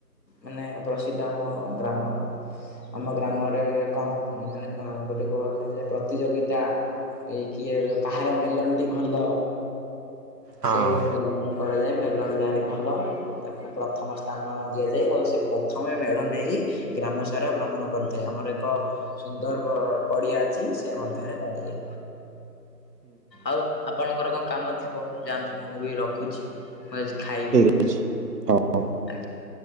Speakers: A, on the left; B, on the right.
A: ମାନେ ପ୍ରସିଦ୍ଧ ଆମ ବ୍ରାହ୍ମଣ ଆମ ଗ୍ରାମରେକ କଣ ମାନେ କଣ ଗୋଟେ ପ୍ରତିଯୋଗିତା ଏ କିଏ କାହାର ମେଲନଟି ଭଲ
B: ହଁ।
A: ସେଇଭଳି ମେଲଣ କରାଯାଏ ମେଲଣ ଯାହାର ଭଲ ତାକୁ ପ୍ରଥମ ସ୍ଥାନ ଦିଆଯାଏ ଆଉ ସେ ପ୍ରଥମେ ମେଢ ନେଇ ଗ୍ରାମ ସାରା ଭ୍ରମଣ କରିଥାଏ ଆମର ଏକ ସୁନ୍ଦର ବ ପଡିଆ ଅଛି ସେ ମଧ୍ୟରେ କରାଯାଏ। ଆଉ ଆପଣଙ୍କର କଣ କାମ ଥିବ ଯାଆନ୍ତୁ, ମୁଁ ବି ରଖୁଛି, ମୁଁ ଆଜି ଖାଇବି।
B: ଖୁଛି ହଉ।
A: ଆଜ୍ଞା।